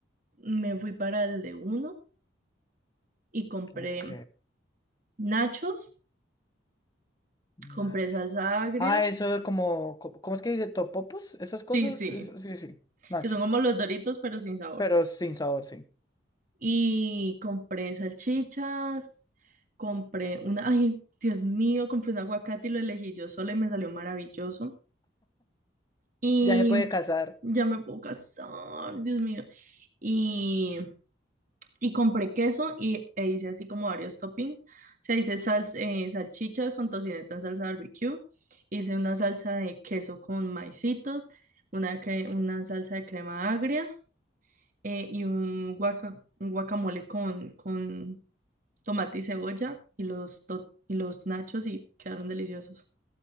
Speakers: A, on the right (about 45°); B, on the left (about 20°).
A: me fui para el de uno y compré
B: Ok,
A: nachos,
B: Nacho.
A: compré salsa agria.
B: Ah, eso es como, co- ¿cómo es que dice? ¿Topopos? Esas
A: Sí,
B: cosas,
A: sí.
B: eso- sí, sí, nachos,
A: que son como los Doritos, pero sin sabor.
B: pero sin sabor, sí.
A: Y compré salchichas, compré una, ay, Dios mío, compré un aguacate y lo elegí yo sola y me salió maravilloso. Y
B: Ya se puede cazar.
A: ya me puedo casar, Dios mío. Y, y compré queso y, e hice así como varios toppings. O sea, hice salsa, salchichas con tocineta en salsa barbecue. Hice una salsa de queso con maicitos, una, cre- una salsa de crema agria eh, y un, guaca- un guacamole con, con tomate y cebolla y los, to- y los nachos y quedaron deliciosos.